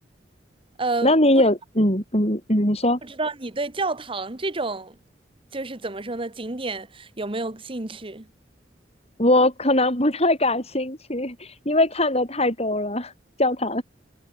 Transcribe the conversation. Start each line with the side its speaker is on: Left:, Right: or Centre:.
Right: 呃，
Left: 那你有嗯嗯嗯，
Right: 不知
Left: 你说
Right: 不知道你对教堂这种就是怎么说呢，景点有没有兴趣？
Left: 我可能不太感兴趣，因为看的太多了教堂，